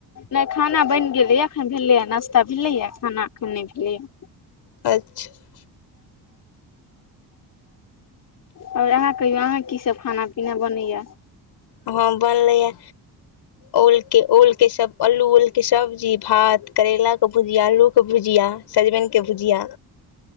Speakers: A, on the left; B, on the left.
A: नै खाना बनि गेलैये एखन भेलैए नाश्ता भेलैये खाना एखन नै भेलैये।
B: अच्छा।
A: और अहाँ कहियौ अहाँक की सब खाना- पीना बनैये?
B: हँ बनलैये ओल के ओल के सब- अल्लू ओल के सब्जी भात करैलाक भुजिया अल्लू क भुजिया। सजबनि के भुजिया।